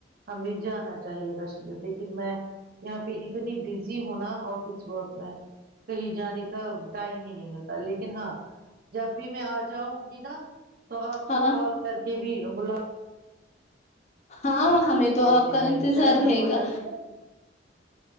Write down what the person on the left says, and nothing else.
ہاں
ہاں ہمیں تو
آپ کا
انتظار
رہے
گا